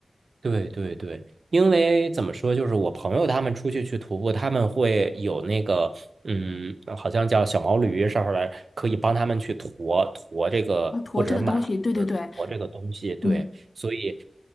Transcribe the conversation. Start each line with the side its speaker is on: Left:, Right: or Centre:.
Right: 对对对，因为怎么说，就是我朋友他们出去去徒步，他们会有那个，嗯，好像叫小毛驴上面来，可以帮他们去驮驮这个，
Left: 啊，驮这个东西，
Right: 或者马，
Left: 对对对，
Right: 或者驮这个东西。对，
Left: 嗯，
Right: 所以